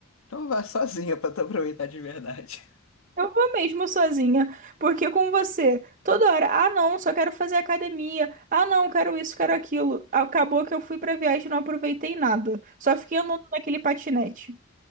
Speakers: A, on the left; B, on the right.
A: Então vá sozinha pra tu aproveitar de verdade.
B: Eu vou mesmo sozinha, porque com você, toda hora, ah não, só quero fazer academia, ah não, quero isso, quero aquilo. Acabou que eu fui pra viagem e não aproveitei nada, só fiquei andando naquele patinete.